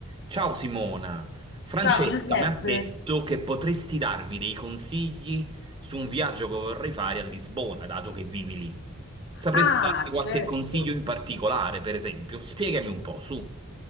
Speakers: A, on the right; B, on the left.
A: Ciao Simona, Francesca
B: Ciao Giuseppe.
A: mi ha detto che potresti darmi dei consigli su un viaggio che vorrei fare a Lisbona, dato che vivi lì. Sapresti
B: Ah,
A: darmi qualche
B: certo.
A: consiglio in particolare, per esempio? Spiegami un po', su.